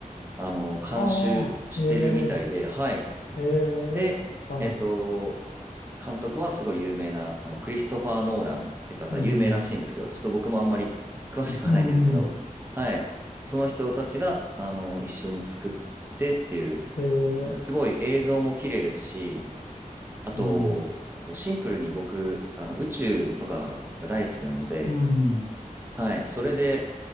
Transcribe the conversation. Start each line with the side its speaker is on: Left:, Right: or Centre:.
Right: あの、監修してるみたいで、
Left: ああ、え
Right: はい。
Left: ー、え
Right: で、
Left: ー、はい。
Right: えっと、監督はすごい有名な、あの、クリストファー・ノーランって方、
Left: うん、
Right: 有名らしいんですけど、ちょっと僕もあんまり詳しくはないんですけど、
Left: うん、
Right: はい。その人たちが、あの、一緒に作ってっていう、
Left: えー、
Right: なんかすごい映像も綺麗ですし、あと、
Left: うん、
Right: こうシンプルに僕、あの、宇宙とかが大好きなので、
Left: うん、
Right: はい。それで、